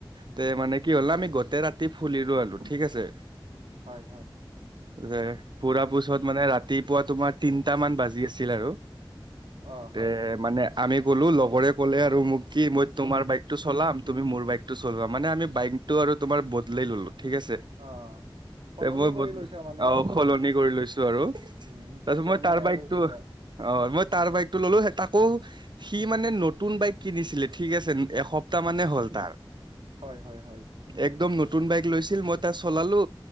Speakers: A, on the right; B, on the right.
A: তে
B: হয়
A: মানে কি হ'ল আমি গ তে ৰাতি ফুলিলো আৰু ঠিক আছে।
B: হয় হয়
A: যে পুৰা পোছত মানে ৰাতিপুৱা তোমাৰ তিনটা মান বাজি আছিল আৰু।
B: অ হয়
A: এ মানে আমি ক'লো লগৰে ক'লে আৰু মোক কি মই তোমাৰ বাইকটো চলাম, তুমি মোৰ বাইকটো চলা। মানে আমি বাইকটো আৰু তোমাৰ বদলাই ল'লো, ঠিক আছে।
B: অ'। সলনি
A: এ, মই
B: কৰি লৈছা মানে
A: অ সলনি কৰি লৈছো আৰু।
B: উম দুজনে
A: তাৰপিছত মই তাৰ
B: আৰু
A: বাইকটো
B: দুটা
A: অ, মই তাৰ বাইকতটো ল'লো তাকো সি মানে নতুন বাইক কিনিছিলে ঠিক আছে এসপ্তাহ মানে হ'ল তাৰ
B: হয় হয় হয়
A: একদম নতুন বাইক লৈছিল মই তাত চলালো